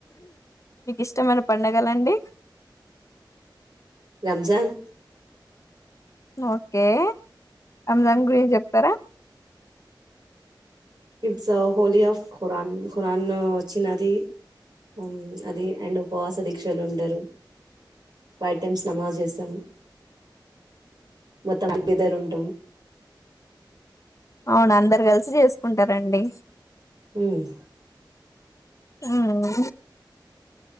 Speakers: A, on the left; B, on the right.
A: మీకుష్టమైన పండగలండి
B: రంజాన్
A: ఓకే రంజాన్ గురించి చెప్తారా
B: it's a holy of Quran Quran వచ్చినది ఉమ్ అది అండ్ ఉపవాస దీక్షలు ఉం టారు ఫై టైమ్స్ నమాజ్ చేస్తాము మొత్తం ఇద్దరుంటం
A: అవును అందరు కలిసి చేసుకుంటారండి
B: మ్మ్
A: ఆ ఆ